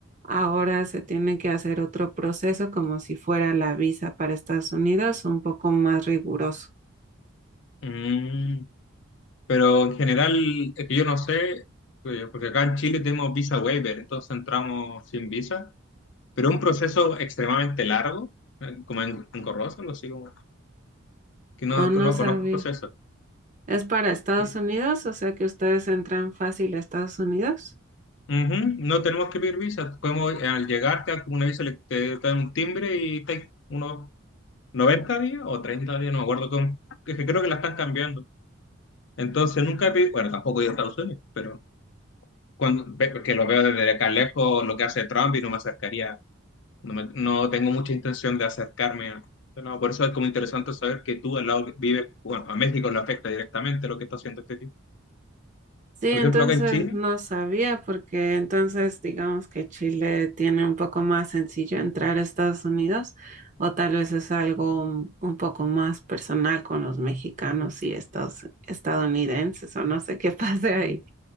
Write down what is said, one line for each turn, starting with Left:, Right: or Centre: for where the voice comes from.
Right: Ahora se tiene que hacer otro proceso como si fuera la visa para Estados Unidos, un poco más riguroso.
Left: Mm. Pero en general, es que yo no sé, eh, porque acá en Chile tenemos visa waiver, entonces entramos sin visa, pero es un proceso extremadamente largo, eh, como en, engorroso, algo así como, que no,
Right: Oh,
Left: no
Right: no sabía.
Left: conozco el proceso.
Right: ¿Es para Estados
Left: Y-
Right: Unidos? O sea que ustedes entran fácil a Estados Unidos.
Left: Ujú, No tenemos que pedir visa, podemos, eh, al llegar te dan como una visa, le- te dan un timbre y estáis unos 90 días o 30 días, no me acuerdo cómo, es que creo que la están cambiando. Entonces nunca he pedido, bueno, tampoco he ido a Estados Unidos, pero cuando, ve- que lo veo desde acá lejos, lo que hace Trump y no me acercaría No, me- no tengo mucha intención de acercarme a... No, por eso es como interesante saber que tú al lado que vives, bueno, a México le afecta directamente lo que está haciendo este tipo.
Right: Sí, entonces
Left: Por ejemplo, acá en Chile,
Right: no sabía porque entonces digamos que Chile tiene un poco más sencillo entrar a Estados Unidos o tal vez es algo un, un poco más personal con los mexicanos y estos estadounidenses o no sé qué <laughs> pase ahí.